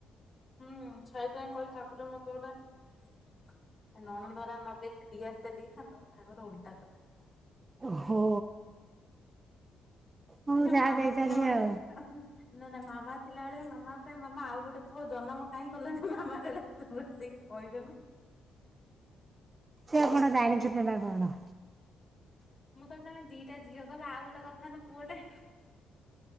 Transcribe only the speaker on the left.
ହୁଁ ଛାଇଥା କହିଲ ଠାକୁରଙ୍କୁ ମତେ ଗୋଟେ ନଣନ୍ଦରା ନଦେଇକି ଦିଆର ଟେ ଦେଇଥାନ୍ତ ଠାକୁର ଓଲଟା କରିଦେଲେ।
ନାହ୍
ମାମା
ଥିଲାବେଳେ
ବି ଆ ହୁଁ ନା ନା। ମାମା ଥିଲାବେଳେ ମାମା କୁ ମାମା ଆଉ ଗୋଟେ ପୁଅ ଜନ୍ମ କାହିଁ କଲନି? ମାମା କହିଲେ ତୁ ବସିକି କହିଦେଲୁନି।
ମୁଁ କହିଲି ତମେ ଦିଟା ଝିଅ କଲ ଆଉ ଗୋଟେ କରିଥାନ୍ତ ପୁଅ ଗୋଟେ